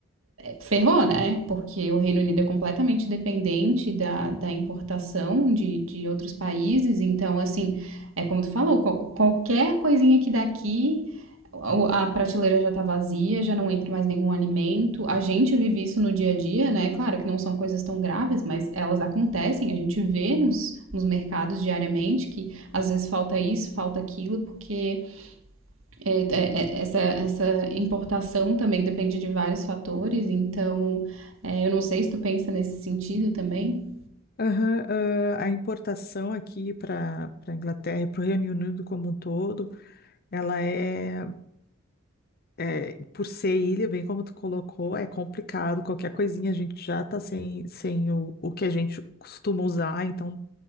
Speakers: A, on the right; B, on the left.
A: ferrou, né? Porque o Reino Unido é completamente dependente da, da importação de, de outros países. Então, assim, é como tu falou, qual- qualquer coisinha que daqui, a prateleira já tá vazia, já não entra mais nenhum alimento. A gente vive isso no dia a dia, né? Claro que não são coisas tão graves, mas elas acontecem. A gente vê nos, nos mercados diariamente que às vezes falta isso, falta aquilo, porque é, é, é, essa, essa importação também depende de vários fatores, então é, eu não sei se tu pensa nesse sentido também.
B: Aham, ah, a importação aqui para para Inglaterra e para o Reino Unido como um todo, ela é. É, por ser ilha, bem como tu colocou, é complicado. Qualquer coisinha a gente já tá sem, sem o, o que a gente costuma usar, então,